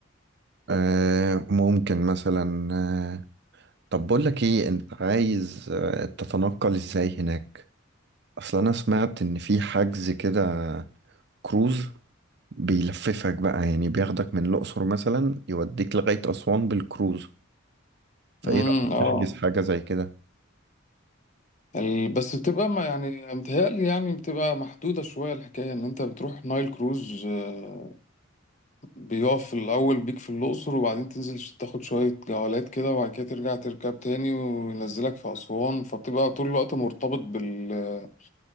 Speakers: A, on the right; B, on the left.
A: آه ممكن مثلا آه طب بقولك ايه انت عايز آه تتنقل ازاي هناك أصل أنا سمعت إن في حجز كده كروز بيلففك بقى يعني بياخدك من الأقصر مثلا يوديك لغاية أسوان بالكروز فإيه
B: امم
A: رأيك
B: اه
A: نحجز حاجة زي كده
B: ال- بس بتبقى ما يعني متهيألي يعني بتبقى محدودة شوية الحكاية إن أنت بتروح نايل كروز آه، بيقف الأول بيك في الأقصر وبعدين تنزل ش- تاخد شوية جولات كده وبعد كده ترجع تركب تاني وينزلك في أسوان فبتبقى طول الوقت مرتبط بال